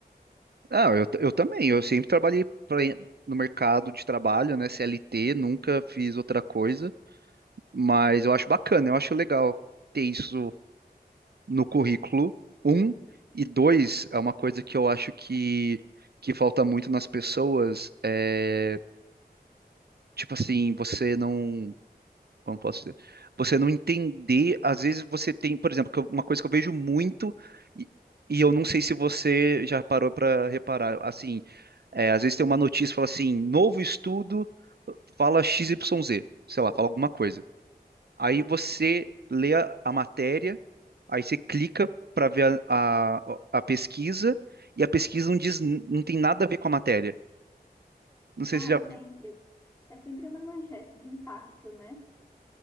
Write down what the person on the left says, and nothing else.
Ah,
sempre. É sempre uma manchete de impacto, né?